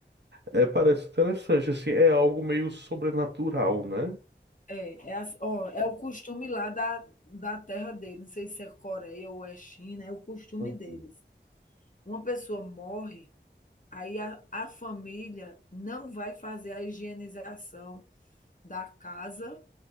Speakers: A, on the right; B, on the left.
A: É, parece interessante, assim, é algo meio sobrenatural, né?
B: É, é, a- ó, é o costume lá da, da terra dele, não sei se é Coreia ou é China, é o costume
A: Uhum.
B: deles. Uma pessoa morre, aí a, a família não vai fazer a higienização da casa,